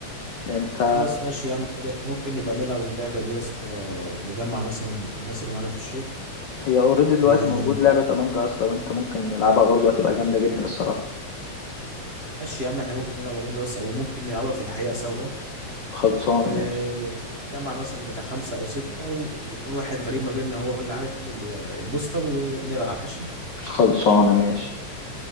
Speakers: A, on the left; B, on the right.
A: يعني انت
B: خلاص ماشي يا عم حلو. إحنا ممكن نبقى نلعب اللعبه دي يا اسطى نجمع مثلا الناس اللي معانا في الشغل
A: هي اوريدي دلوقتي
B: وماشي
A: موجود لعبة امانج اس لو انت ممكن نلعبها برضه هتبقى جامدة جدا الصراحة
B: يا عم احنا ممكن نلعب امونج اس او ممكن نلعبها في الحقيقه سوا
A: خلصان
B: ونتجمع
A: ماشي
B: مثلا بتاع خمسه او سته و... ويكون واحد غريب ما بيننا هو اللي عارف مين ال- الامبوستر ونلعب ماشي
A: خلصانة ماشي